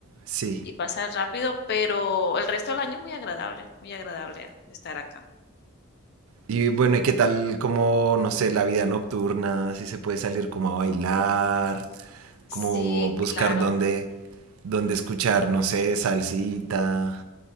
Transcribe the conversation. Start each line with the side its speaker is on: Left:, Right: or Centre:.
Right: Sí.
Left: y pasa rápido, pero el resto del año muy agradable, muy agradable estar acá.
Right: Y bueno, ¿y qué tal como, no sé, la vida nocturna? Si se puede salir como a bailar,
Left: Sí,
Right: como buscar
Left: claro.
Right: dónde, dónde escuchar, no sé, salsita.